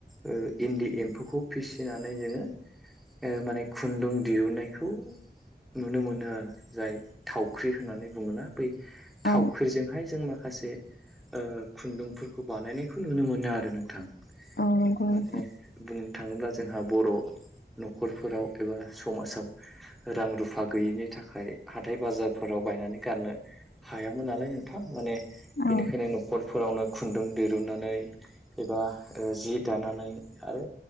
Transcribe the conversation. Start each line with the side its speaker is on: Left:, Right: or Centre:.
Centre: ओ इन्दि एम्फौखौ फिसिनानै जोङो ओ माने खुन्दुं दिहुननायखौ नुनो मोनो आ जाय थावख्रि होननानै बुङोना बै थावख्रिजोंहाय
Left: औ
Centre: जों माखा खासे ओ खुन्दुंफोरखौ बानायनायखौ नुनो मोनो आरो नोंथां
Left: औ नंगौ
Centre: माने
Left: नोंथां
Centre: बुंनो थाङोब्ला जोंहा बर' न'खरफोराव एबा समाजाव रां रुफा गैयिनि थाखाय हाथाय बाजारफोराव बायनानै गाननो हायामोन नालाय नोंथां माने बेनिखायनो
Left: औ
Centre: न'खरफोरावनो खुन्दुं दिरुनानै एबा ओ जि दानानै आरो